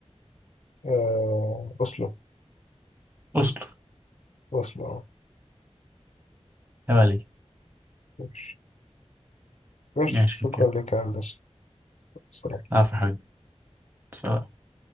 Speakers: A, on the left; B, on the right.
A: آه، أوسلو
B: اصل
A: أوسلو اه
B: عيب عليك
A: ماشي ماشي
B: ماشي
A: شكرا
B: كده
A: لك يا هندسة سلام.
B: عفوا يا حبيبي سلام.